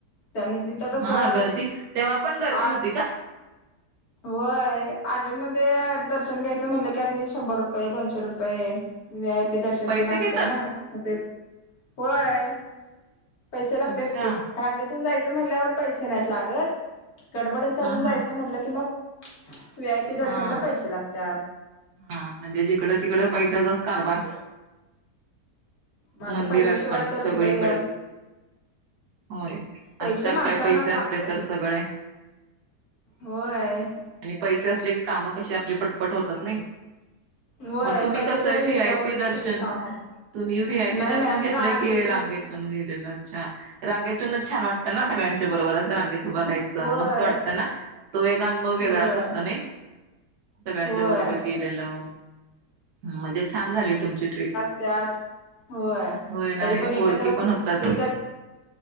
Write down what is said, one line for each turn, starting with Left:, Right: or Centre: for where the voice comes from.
Left: त्यानी तिथं कस
Right: हा गर्दी तेव्हा पण गर्दी
Left: आ
Right: होती का
Left: व्हय अर्जंट मध्ये दर्शन घ्यायचं म्हणलं, की आणि शंभर रुपये, दोनशे रुपये व्ही आय पी दर्शन
Right: पैसे
Left: तेन असतंयना
Right: घेतात
Left: मं ते होय. पैसे लागतात
Right: अच्छा
Left: की, रांगेतून जायचं म्हणल्यावर पैसे नाहीत लागत. गडबड करून
Right: हा
Left: जायचं
Right: हा
Left: म्हटलं की मग, वी आय पी
Right: हा
Left: दर्शनला पैसे लागतात.
Right: हा म्हणजे जिकडं, तिकडं पैशाचाच कारभार
Left: मग आता
Right: मंदिरात
Left: पैशाशिवाय
Right: पण,
Left: तर
Right: सगळीकडच.
Left: कुठं देव
Right: होय,
Left: पैसे
Right: आजकाल
Left: माणसांनाच
Right: काय पैसे
Left: लागतात
Right: असले तर सगळ हाय.
Left: होय.
Right: आणि पैसे असले की काम कशी आपली पटपट होतात नाही.
Left: होय
Right: मग तुम्ही
Left: पैशाच्या
Right: कस व्ही
Left: ह्याच्यावरच
Right: आय पी दर्शन
Left: सगळे काम
Right: तुम्ही व्ही आय
Left: नाही
Right: पी दर्शन
Left: नाही आम्ही
Right: घेतलं
Left: रांगेतून
Right: की रांग रांगेतून गेलेलं छान, रागेतून छान वाटतं ना सगळ्यांच्या बरोबर अस रान उभ राहायचं,
Left: होय
Right: मस्त वाटतं ना, तो एक अनुभव वेगळाच
Left: होय
Right: असतो नाही. सगळ्यांच्या
Left: होय
Right: बरोबर गेलेलं, म्हणजे छान झाली तुमची ट्रिप.
Left: त्यात, होय,
Right: होय ना
Left: तरी पण एकत्रच
Right: ओळखी पण होतात.
Left: एकच.